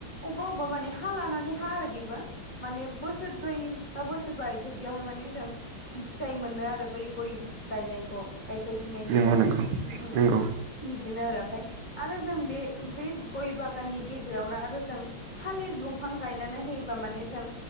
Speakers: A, on the left; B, on the right.
A: अबेबा अबेबा माने हा लानानै हा आरो बे बो माने बोसोरब्रै बा बोसोरबा बदियावहाय माने जों फिथाइ मोनो आरो बै गय गायनायखौ गायस्लायफिननायनिफ्राय,
B: नंगौ नंगौ
A: उम।
B: नंगौ
A: बिदिनो आरो ओमफ्राय आरो जों बे बे गय बागाननि गेजेरावनो आरो जों थालिर दंफां गायनानै होयो ब्ला माने जों